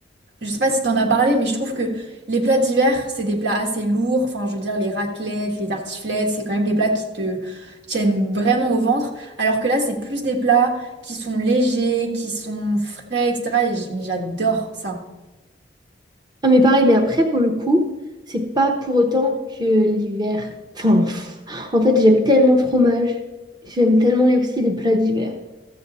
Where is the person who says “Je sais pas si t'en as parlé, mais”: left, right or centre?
Right